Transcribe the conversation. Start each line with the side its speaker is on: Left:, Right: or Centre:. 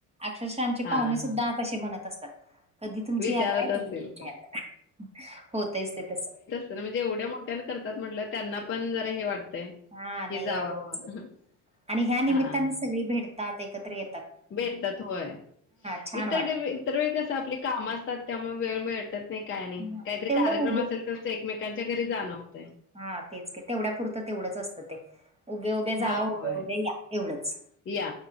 Right: अक्षरशा आमचे
Left: हा
Right: पाहुणे सुद्धा
Left: हा
Right: तशे म्हणत असतात, कधी तुमची
Left: विचारत
Right: यात्राय
Left: असतील.
Right: कधी तुमची यात्राय? होतेच ते तसं.
Left: ते जेवढ्या मोठ्याने करतात म्हंटल्यावर त्यांना पण जरा हे वाटतंय.
Right: हा नाही
Left: कि जावावं
Right: यायच, आणि ह्या निमित्ताने
Left: हां
Right: सगळी भेटतात एकत्र ये
Left: भेटतात होय,
Right: छान
Left: इतर
Right: वाटतं.
Left: डे वे इतर वेळी कसं आपली काम असतात त्यामुळे वेळ भे टत नाही काय नाही
Right: हां,
Left: काहीतरी
Right: तेवढं
Left: कार्यक्रम असेल तरच एकमेकांच्या घरी जाणं होतय.
Right: हा तेच की तेवढ्या पुुरतं तेवढंच असतं ते, उभ्या उभ्या
Left: हां
Right: जावा उभ्या
Left: होय
Right: उभ्या या एवढंच.
Left: या,